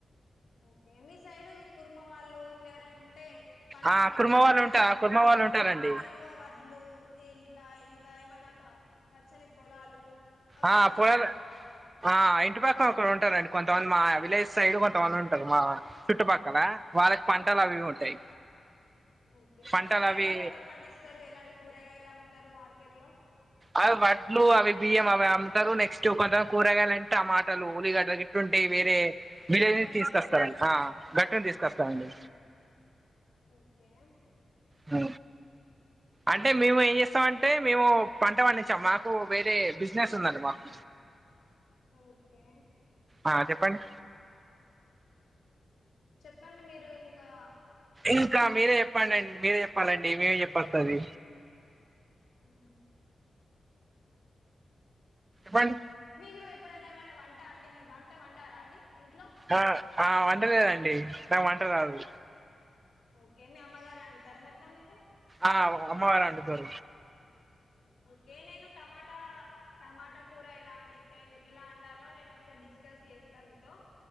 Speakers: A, on the left; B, on the right.
A: ఓకే మీ సైడ్ కుర్మ వాళ్ళు ఇట్ల ఎవరైనా ఉంటే పంటలు
B: ఆ
A: పండిస్తారు
B: కుర్మ వాళ్ళు
A: కదా
B: ఉంటా కుర్మ వాళ్ళు
A: ఆ
B: ఉంటారండి
A: వాళ్ళు ఎక్కువ వడ్లు ఇంట్లా ఇంకా ఏమన్నా ప పచ్చని పొలాలు అక్కడ
B: ఆ పొ ఆ ఇంటి పక్క ఇక్క ఉంటారండి కొంతమంది మా విలేజ్ సైడ్ కొంతమంది ఉంటరు మా చుట్టుపక్కల వాళ్ళకి పంటలు
A: ఉ
B: అవి ఉంటాయి
A: ఓకే
B: పంటలు
A: వాళ్ళు ఎలాంటి
B: అవి
A: పంటలు పండిస్తారు ఎలాంటి కూరగాయలు అమ్ము తారు మార్కెట్ లో
B: అవి వడ్లు అవి బియ్యం అవి అమ్ముతారు నెక్స్ట్ కొంత మంది కూరగాయలంటే టమాటలు ఊలిగడ్డలు గిట్టుంటయి వేరే విలేజ్
A: వంకాయలు
B: నుండి తీసుకొస్తారండి గట్టిను తీసుకొస్తామండి
A: ఓకే
B: ఆ అంటే మేము ఏం చేస్తాం అంటే మేము పంట పండించం మాకు వేరే బిజినెస్ ఉందండి మాకు
A: ఓకే
B: ఆ చెప్పండి
A: చెప్పండి మీరు ఇంకా
B: ఇంకా మీరే చెప్పండి మీరే చెప్పాలండి మేమే చెప్పస్తది
A: ఆ
B: ఫన్
A: మీరు ఎప్పుడన్నా ఏమన్నా వంట అండి వంట వంట వంటారా అండి ఇంట్లో
B: ఆ ఆ వండలేదండి నాకు వంట రాదు
A: ఓకే మీ అమ్మగారు వండుతారా మొత్తం మీకు
B: ఆ అమ్మవారా అండి తర
A: ఓకే నేను టమాటా టమాటా కూర ఎలా అండితే ఎలా అండాలో నేను ఒక్కసారి డిస్క్ స్కస్ చేస్తా మీతో